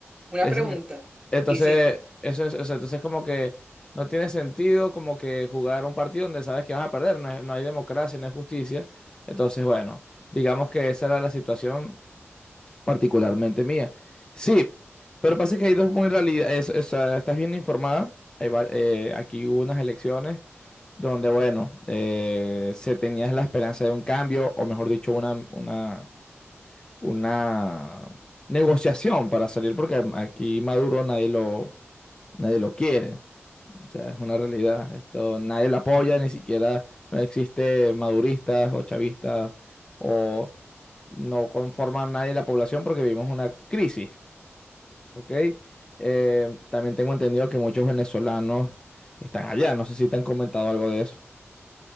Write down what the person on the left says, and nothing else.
Ese
me- entonces,
eso es, o sea, entonces es como que no tiene sentido como que jugar un partido donde sabes que vas a perder, no, es- no hay democracia, no hay justicia. Entonces, bueno, digamos que esa era la situación particularmente mía. Sí, pero pasa que hay dos muy realidad, es, es, ah, estás bien informada. Hay va- eh, aquí hubo unas elecciones donde, bueno, eh, se tenía la esperanza de un cambio, o mejor dicho, una, una una negociación para salir, porque aquí Maduro nadie lo, nadie lo quiere. O sea, es una realidad. Esto nadie lo apoya, ni siquiera no existe maduristas o chavistas o no conforman nadie la población porque vivimos una crisis, ¿ok? Eh, también tengo entendido que muchos venezolanos están allá. No sé si te han comentado algo de eso.